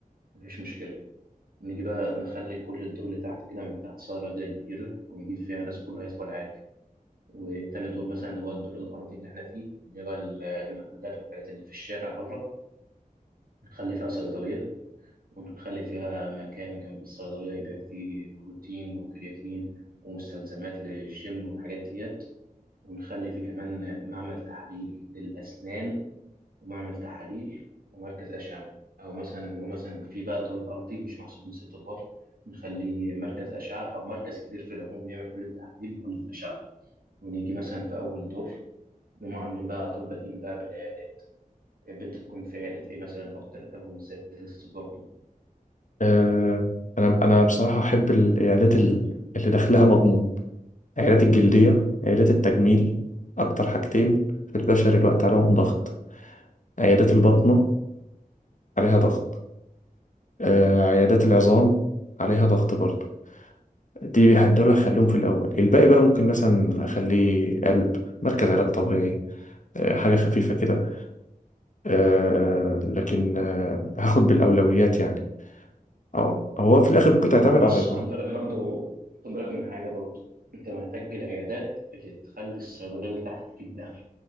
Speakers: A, on the right; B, on the left.
A: مفيش مشكلة نيجي بقى نخلي كل الدور اللي تحت كده من تحت صالة رياضية كبيرة ونجيب فيها ناس كلها يدخل عادي وتاني دور مثلا اللي هو الدور الأرضي اللي إحنا فيه اللي هو ال- المحلات والحاجات اللي في الشارع بره نخلي فيها صيدلية ونخلي فيها مكان جنب الصيدلية يبيع فيه بروتين وكرياتين ومستلزمات للجيم والحاجات ديت ونخلي فيه كمان معمل تحليل للأسنان ومعمل تحاليل ومركز أشعة أو مثلا ومثلا في بقى الدور الأرضي مش محسوب من ست أدوار نخليه مركز أشعة أو مركز كبير في العموم يعمل كل التحاليل وكل الأشعة ونيجي مثلا في أول دور نقوم عاملين بقى على طول بادئين بقى بالعيادات تحب أنت تكون في عيادات إيه مثلا أو ترتبهم إزاي في ست أدوار دول
B: آه، انا انا بصراحه احب العيادات ال- اللي دخلها مضمون عيادات الجلديه عيادات التجميل اكتر حاجتين في البشر الوقت عليهم ضغط عيادات البطنه عليها ضغط آه، عيادات العظام عليها ضغط برضه دي دول هخليهم في الاول الباقي بقى ممكن مثلا اخليه قلب مركز علاج طبيعي آه، حاجه خفيفه كده آه، لكن آه، هاخد بالاولويات يعني اه هو في الاخر ممكن تعتمد على
A: بس خد بالك برضو خد بالك من حاجة برضو انت محتاج العيادات اللي تخلي الصيدلية اللي تحت تجيب دخل